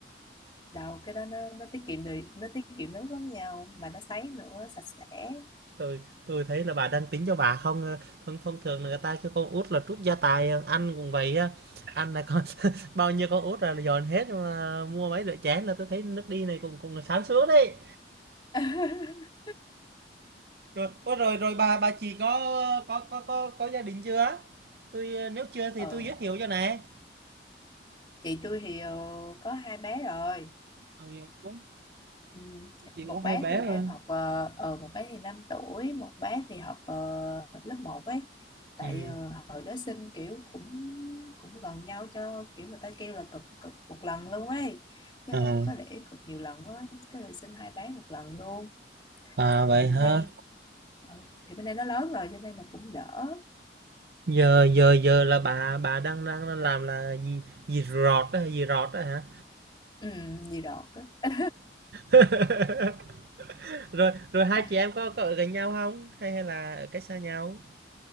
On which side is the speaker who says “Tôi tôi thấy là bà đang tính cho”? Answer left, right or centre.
Right